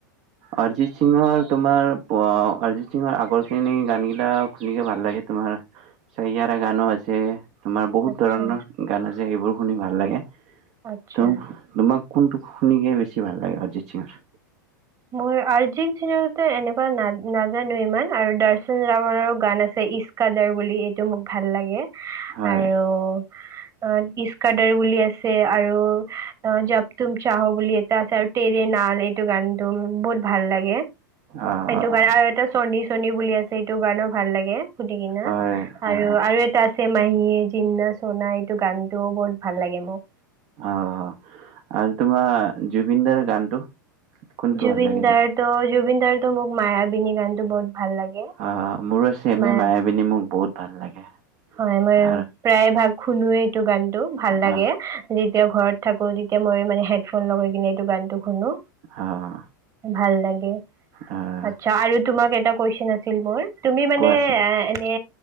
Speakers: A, on the right; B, on the right.
A: অৰিজিত সিঙৰ তোমাৰ অৰিজিত সিঙৰ আগৰখিনি গান গিলা শুনিকে ভাল লাগে তোমাৰ চাইয়াৰা গানো আছে। তোমাৰ বহুত
B: আচ্ছা
A: ধৰণৰ গান আছে সেইবোৰ শুনি ভাল লাগে। ত
B: আচ্ছা
A: তোমাক কোনটো গেন বেছি ভাল লাগে অৰিজিত সিংৰ?
B: মোৰ অৰ্জিত সিং এনেকুৱা ন নাজানো ইমান আৰু দৰ্শন ৰাৱনৰো গান আছে ইচ্কাদাৰ বুলি এইটো মোক ভাল লাগে।
A: হয়
B: আৰু অ' ইচ্কাডাৰ বুলি আছে আৰু অ' জাপতুম চাহ বুলি এটা আছে আৰু টেৰে নাল এইটো গান ম বহুত ভাল লাগে।
A: আহ
B: সেইটো কাৰণে আৰু এটা চনিশ চনী বুলি আছে এইটো গানে ভাল লাগে সুধ কি ন
A: হয়
B: আৰু
A: আহ
B: আৰু এটা চছেমাহীয়ে জিনা চনা এইটো গানটোোও বহুত ভাল লাগে মোক।
A: অ' আৰু তোমাৰ জুবিনদাৰ গানটো কোনটো
B: জুবিনদাৰ
A: ভাল লাগে
B: ত জুবিন মোক মায়াবিনী গানত বহুত ভাল লাগে
A: অ', মোৰ চেমে
B: মায়া
A: মায়াবিনী মোক বহুত ভাল লাগে।
B: হয় মই
A: আৰু
B: প্ৰায় ভাগ শুনোৱে এইটো গান। টো ভাল লাগে
A: আহ
B: যেতিয়া ঘৰত থাকো তেতিয়া মই মানে হেডফোন লগাই কিনে এইটো গান টো শুনো
A: আহ
B: ভাল লে
A: আহ
B: আচ্ছা আৰু তোমাক এটা কোৱেচন আছিল মোৰ। তুমি মানে
A: কোৱাচোন
B: অ', এনে